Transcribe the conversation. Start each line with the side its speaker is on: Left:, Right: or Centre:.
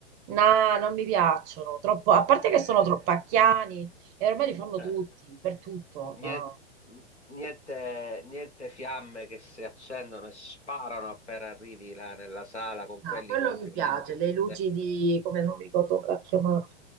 Right: No, non mi piacciono. Troppo, a parte
Left: eh,
Right: che sono troppo pacchiani e ormai li fanno
Left: eh,
Right: tutti, per tutto.
Left: nien-
Right: No,
Left: niente, niente fiamme che si accendono e sparano appena arrivi là nella sala con
Right: no,
Left: quelli
Right: quello
Left: col
Right: mi
Left: violino
Right: piace.
Left: che
Right: Le
Left: ti...
Right: luci di... come non mi ricordo come l'ha chiamata.